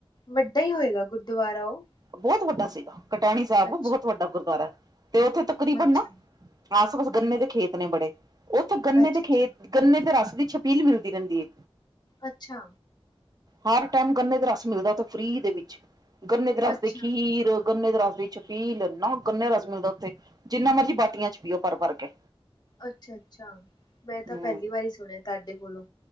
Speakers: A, on the left (about 45°); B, on the right (about 40°).
A: ਵੱਡਾ ਹੀ ਹੋਏਗਾ ਗੁਰਦੁਆਰਾ ਉਹ
B: ਬਹੁਤ ਵੱਡਾ ਸੀਗਾ, ਕਟਾਣੀ ਸਾਹਿਬ
A: ਅੱਛਾ
B: ਬਹੁਤ ਵੱਡਾ ਗੁਰਦਆਰਾ, ਤੇ ਉੱਥੇ ਤਕਰੀਬਨ
A: ਅੱਛਾ
B: ਨਾ ਆਸ ਪਾਸ ਗੰਨੇ ਦੇ ਖੇਤ ਨੇ ਬੜੇ, ਉੱਥੇ ਗੰਨੇ
A: ਅੱਛਾ
B: ਦੇ
A: ਅੱਛਾ
B: ਖੇਤ ਗੰਨੇ ਦੇ ਰਸ ਦੀ ਛਬੀਲ ਮਿਲਦੀ ਰਹਿੰਦੀ ਹੈ
A: ਅੱਛਾ
B: ਹਰ ਟਾਈਮ ਗੰਨੇ ਦਾ ਰਸ ਮਿਲਦਾ ਫ੍ਰਰੀ ਦੇ ਵਿੱਚ, ਗੰਨੇ ਦੇ ਰਸ
A: ਅੱਛਾ
B: ਦੀ ਖੀਰ ਗੰਨੇ ਦੇ ਰਸ ਦੀ ਛਬੀਲ, ਇੰਨਾ ਗੰਨੇ ਦਾ ਰਸ ਮਿਲਦਾ ਉੱਥੇ ਜਿੰਨਾ ਮਰਜ਼ੀ ਬਾਟੀਆਂ ਚ ਪੀਓ ਭਰ -ਭਰ ਕੇ
A: ਅੱਛਾ- ਅੱਛਾ ਮੈਂ ਤਾਂ
B: ਹੂੰ
A: ਪਹਿਲੀ ਵਾਰੀ ਸੁਣਿਆ ਤੁਹਾਡੇ ਕੋਲੋਂ